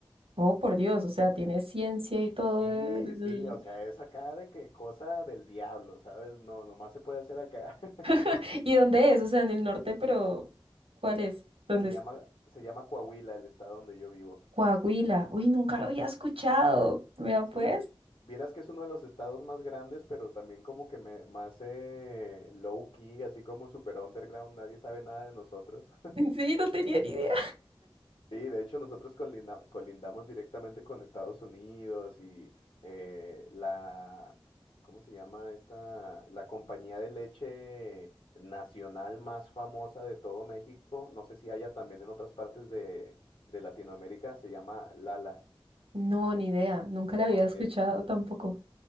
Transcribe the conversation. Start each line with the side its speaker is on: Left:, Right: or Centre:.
Right: Oh, por Dios, o sea, tiene ciencia y todo
Left: Sí,
Right: el-
Left: sí, o sea, es acá de que cosa del diablo, ¿sabes? No, nomás se puede hacer acá. <laughs>
Right: <laughs> ¿Y dónde es? O sea, en el norte, pero ¿cuál es? ¿Dónde
Left: Se
Right: es?
Left: llama, se llama Coahuila, el estado donde yo vivo.
Right: Coahuila. Uy, nunca lo había escuchado. Vea pues.
Left: Sí, vieras que es uno de los estados más grandes, pero también como que me, más eh, low key, así como super underground, nadie sabe nada de nosotros.
Right: <laughs> Sí, no tenía ni idea.
Left: Sí, de hecho nosotros colinda- colindamos directamente con Estados Unidos y eh, la, ¿cómo se llama esta? La compañía de leche nacional más famosa de todo México, no sé si haya también en otras partes de, de Latinoamérica, se llama Lala.
Right: No, ni idea. Nunca la había
Left: Ok,
Right: escuchado tampoco.